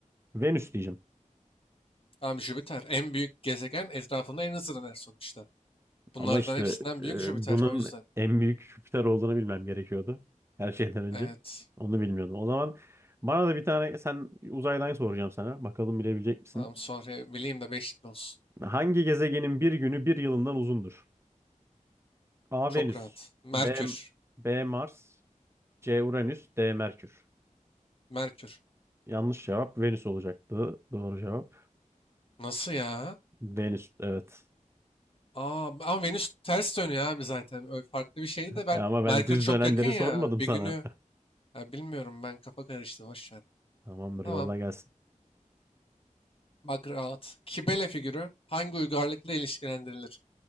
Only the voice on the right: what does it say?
Venüs diyeceğim.
Ama işte
e,
bunun
en büyük Jüpiter olduğunu bilmem gerekiyordu. Her şeyden önce.
Onu bilmiyordum. O zaman bana da bir tane sen uzaydan soracağım sana. Bakalım bilebilecek misin?
Hangi gezegenin bir günü bir yılından uzundur? A
Venüs,
B B Mars, C Uranüs, D Merkür.
Yanlış cevap Venüs olacaktı. Doğru cevap
Venüs. Evet.
E ama ben
düz
dönenleri
sormadım
sana.
<laughs> Tamamdır,
yolla gelsin.